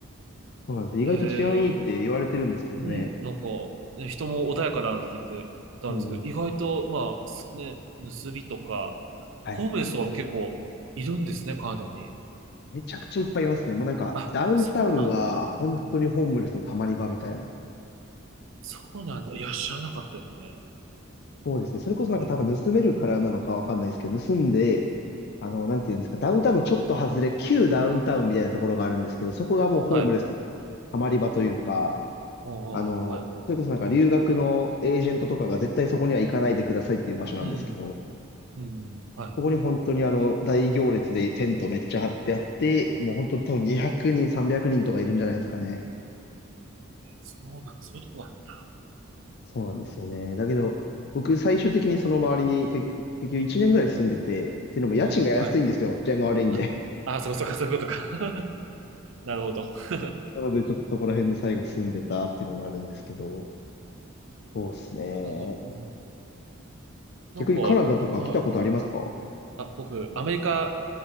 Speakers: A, on the left; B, on the right.
A: <laughs> そうなんです。意外と治安いいって言われてるんですけどね。
B: えー、うん、なんか、ね人も穏やかだなんて聞いてたんですけど、
A: うん。
B: 意外と、まあ、すね、盗みとか、
A: はい。
B: ホームレスとかも結構いるんですね、カナダに。
A: めちゃくちゃいっぱいいますね。もうなんか、
B: あ、
A: ダウンタウンは本当にホームレスのたまり場みたいな。
B: そうなんだ。うん。そうなんだ。いや、知らなかったですね。
A: そうですね。それこそなんか多分盗めるからなのかわかんないですけど、
B: えー
A: 盗んで、あの、なんていうんですか、ダウンタウンのちょっと外れ、旧ダウンタウンみたいなところがあるんですけど、そこがもうホームレスの
B: はい。
A: ハマり場というか、
B: ああ、
A: あの、
B: はい。
A: それこそなんか留学のエージェントとかが絶対そこには行かないでくださいっていう場所なんですけど、
B: うん、うん、はい。
A: そこに本当にあの、大行列でテントめっちゃ張ってあって、もう本当に多分200人、300人とかいるんじゃないですかね。
B: そうなんだ、そういうとこなんだ。
A: そうなんですよね。だけど、僕最終的にその周りに結構、結局1年ぐらい住んでて、っていうのも家賃が安いんですよ。
B: うん、はい。
A: 治安が悪いんで。
B: あ、あ、そうかそうか、そういうことか。<laughs> なるほど。<laughs>
A: なのでちょっとそこら辺に最後住んでたっていうのもあるんですけど、そうですね。
B: あ、うん、なんか、
A: 逆にカナダとか来たことありますか
B: はい。あ、僕、アメリカ